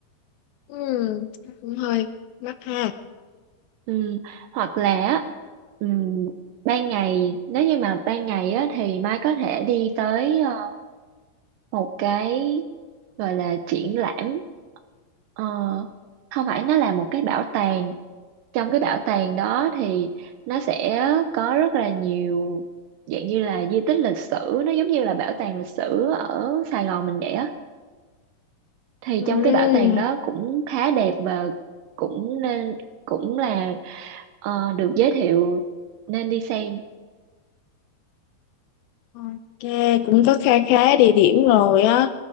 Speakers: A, on the left; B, on the right.
A: ừ, cũng hơi mắc ha
B: ừ. hoặc là á, ừm, ban ngày nếu như mà ban ngày á thì Mai có thể đi tới ờ, một cái gọi là triển lãm Ờ, không phải nó là một cái bảo tàng trong cái bảo tàng đó thì nó sẽ có rất là nhiều dạng như là di tích lịch sử nó giống như là bảo tàng lịch sử ở Sài Gòn mình vậy á thì
A: ừ,
B: trong cái bảo tàng đó cũng khá đẹp và cũng nên cũng là ờ, được giới thiệu nên đi xem
A: ok cũng có kha khá địa điểm rồi á